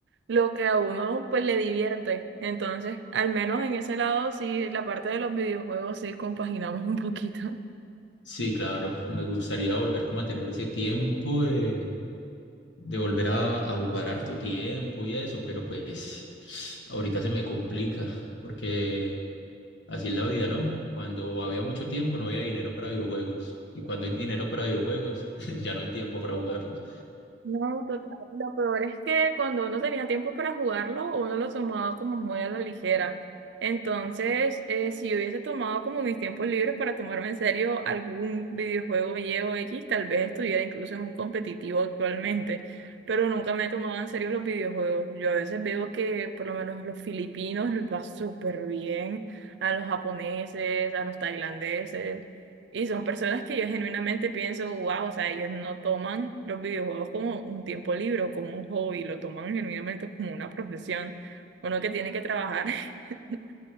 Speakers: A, on the right; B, on the left.
A: lo que a uno pues le divierte. Entonces, al menos en ese lado, sí, la parte de los videojuegos sí compaginamos un poquito.
B: Sí, claro, me gustaría volver como a tener ese tiempo de, de volver a, a jugar harto tiempo y eso, pero pues ahorita se me complica, porque así es la vida, ¿no? Cuando había mucho tiempo no había dinero para videojuegos, y cuando hay dinero para videojuegos <laughs> ya no hay tiempo para jugarlos.
A: No, total. Lo peor es que cuando uno tenía tiempo para jugarlo, uno lo tomaba como muy a la ligera. Entonces, eh, si yo hubiese tomado como mis tiempos libres para tomarme en serio algún videojuego Y o X, tal vez estuviera incluso en un competitivo actualmente. Pero nunca me he tomado en serio los videojuegos. Yo a veces veo que por lo menos los filipinos les va súper bien, a los japoneses, a los tailandeses. Y son personas que yo genuinamente pienso, wow, o sea, ellos no toman los videojuegos como un tiempo libre o como un hobby, lo toman genuinamente como una profesión. Uno que tiene que trabajar, <laughs> tiene